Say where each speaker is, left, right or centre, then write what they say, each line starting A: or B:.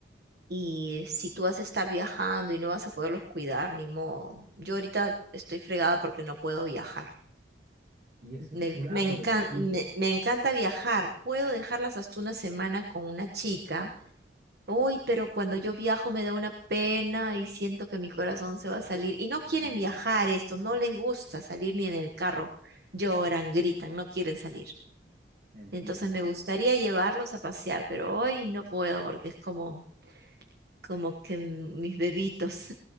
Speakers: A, on the right; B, on the right.
A: Y si tú vas a estar viajando y no vas a poderlos cuidar, ni modo. Yo ahorita estoy fregada porque no puedo viajar.
B: ¿Y eso?
A: Me,
B: Por- ah,
A: me
B: por
A: encan-
B: los gatitos.
A: me- me encanta viajar. Puedo dejarlas hasta una semana con una chica. Uy, pero cuando yo viajo me da una pena y siento que mi corazón se va a salir. Y no quieren
B: Ay,
A: viajar estos, no les gusta salir ni en el carro. Lloran, gritan, no quieren salir.
B: entiendo.
A: Entonces me gustaría llevarlos a pasear, pero hoy no puedo porque es como, como que mm, mis bebitos.